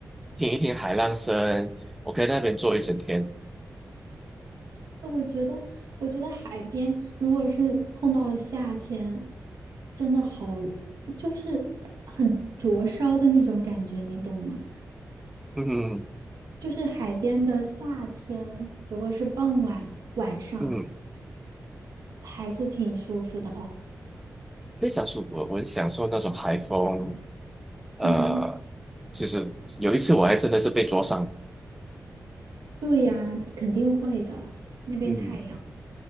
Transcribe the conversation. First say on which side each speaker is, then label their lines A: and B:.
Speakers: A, in the centre; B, on the right (about 80°).
A: 听一听海浪声，我可以在那边坐一整天，
B: 呃我觉得，我觉得海边如果是碰到了夏天，真的好，就是很灼烧的那种感觉，你懂吗？
A: 嗯
B: 就是海边的夏天，如果是傍晚晚上，
A: 嗯，
B: 还是挺舒服的哦。
A: 非常舒服。我很享受那种海风，呃，
B: 嗯，
A: 就是有一次我还真的是被灼伤，
B: 对呀，肯定会的，那边太阳
A: 嗯，